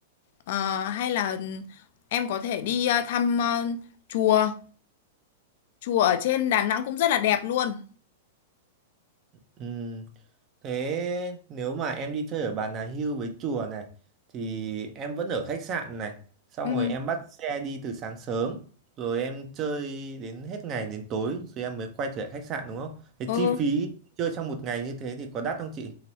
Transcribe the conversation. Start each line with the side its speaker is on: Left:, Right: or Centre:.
Left: Ờ, hay là em có thể đi ờ, thăm ờ, chùa chùa ở trên Đà Nẵng cũng rất là đẹp luôn
Right: Ừ Thế nếu mà em đi chơi ở Bà Nà Hills với chùa này thì em vẫn ở khách sạn này, xong
Left: ừ
Right: rồi em bắt xe đi từ sáng sớm, rồi em chơi đến hết ngày đến tối rồi em mới quay trở lại khách sạn đúng không? Thế
Left: ừ
Right: chi phí chơi trong một ngày như thế thì có đắt không chị?